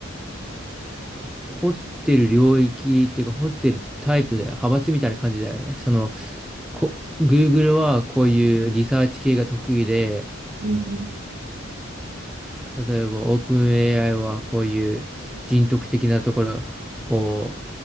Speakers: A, in the centre; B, on the right.
A: ほ掘ってる領域っていうか、掘ってるタイプで、派閥みたいな感じだよね。その、こ、Google はこういうリサーチ系が得意で、
B: うんうん
A: 例えば OpenAI はこういう人徳的なところを